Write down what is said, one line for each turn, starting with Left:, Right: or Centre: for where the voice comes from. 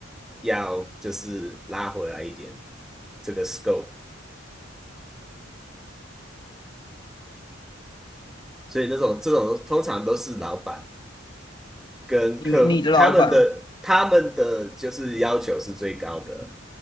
Centre: 要就是拉回来一点这个 scope，所以那种这种通常都是老板跟客户他们的他们的就是要求是最高的，
Left: 你你的老板，